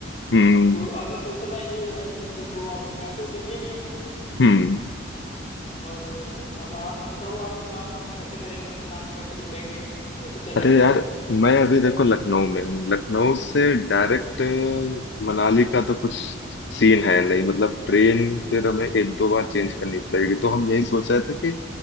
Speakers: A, on the left; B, on the left.
A: हम्म
B: तो अभी सोचना ये है कि देखो अब मैं तो दिल्ली में हूँ
A: हम्म
B: और अब आप बताओ आप कहाँ हो कैसे करेंगे हम प्लान कैसे मिलेंगे कैसे चलेंगे
A: अरे यार मैं अभी देखो लखनऊ में हूँ लखनऊ से डायरेक्ट अ, मनाली का तो कुछ सीन है नहीं मतलब ट्रेन फिर हमें एक दो बार चेंज करनी पड़ेगी तो हम यही सोच रहे थे कि